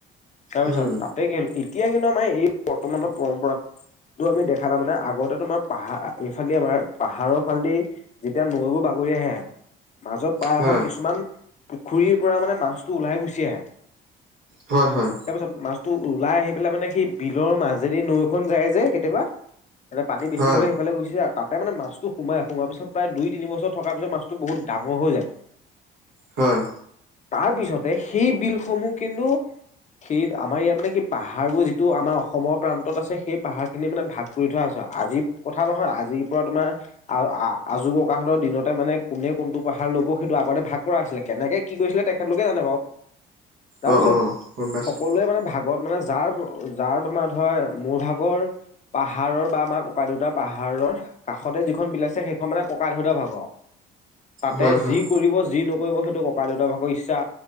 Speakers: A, on the left; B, on the right.
A: তাৰপিছত
B: উম,
A: তাতে কি হ'ল এতিয়া কিন্তু আমাৰ এই বৰ্তমানৰ পৰম্পৰা টো আমি দেখা নাই, মানে আগতে তোমাৰ পাহাৰ এইফালে আমাৰ পাহাৰৰ ফালেদি যেতিয়া নৈবোৰ বাগৰি আহে, মাজত পাই
B: হয়,
A: অহা কিছুমান পুখুৰীৰ পৰা মানে মাছটো ওলাই গুচি আহে।
B: হয়, হয়।
A: তাৰপিছত মাছটো ওলাই আহি পেলাই মানে সেই বিলৰ মাাজেদি নৈখন যায় যে কেতিয়াবা এনেই পানী বেছি
B: হয়,
A: হ'লে ইফালে গুছি যায় আৰু তাতে মানে মাছটো সোমাই, সোমাৱাৰ পিছত প্ৰায় দুই তিনিছৰ থকাৰ পিছত মছত বহুত ডাঙৰ হৈ যায়। <inaudible>
B: হয়।
A: তাৰ পিছতে সেই বিলসমূহ কিন্তু সি আমাৰ ইয়াত মানে কি পাহাৰবোৰ যি টো আমাৰ অসমৰ প্ৰান্তত আছে, সেই পাহাৰ খিনিয়ে মানে ভাগ কৰি থোৱা হৈছে। আজিৰ কথা নহয় আজিৰ পৰা তোমাৰ আৰু আজু ককাহতৰ দিনতে মানে কোনে কোনটো পাহাৰ লব সেইটো আগতে ভাগ কৰা আছিলে। কেনেকে কি কৰিছিলে তেখেতলোকে জানে বাৰু। তাৰপিছত
B: অ', অ', গম পাইছোঁ,
A: সকলোৱে মানে ভ গত মানে যাৰ যাৰ তোমাৰ ধ মোৰ ভাগৰ পাহাৰৰ বা আমাৰ ককা দেউতা পাহাৰৰ কাষতে যিখন বিল আছে সেইখন মানে ককা দেউতা ভাগৰ আৰু। তাতে
B: হয়, হয়,
A: যি কৰিব যি নকৰিব সেইটো ককা দেউতাৰ ভাগৰ ইচ্ছা,